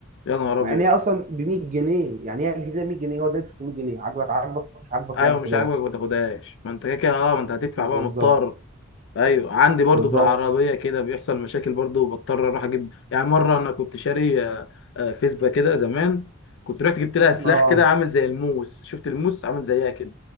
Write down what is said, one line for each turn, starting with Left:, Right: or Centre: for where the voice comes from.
Left: يا نهار
Right: مع
Left: ابيض
Right: ان هي اصلا ب 100 جنيه يعني هي جديده 100 جنيه هو اداني ب 600 جنيه عاجبك عاجبك مش عاجبك
Left: ايوه
Right: لا ما
Left: مش
Right: خدهاش
Left: عاجبك ما تاخدهاش ما انت كده كده اه ما انت هتدفع
Right: بالظبط
Left: بقى مضطر ايوه عندي برضو
Right: بالظبط
Left: في العربيه كده بيحصل مشاكل برضو وبضطر اروح اجيب يعني مره انا كنت شاري آه، آه، فيسبا كده زمان كنت رحت جبت لها سلاح
Right: اه
Left: كده عامل زي الموس شفت الموس عامل زيها كده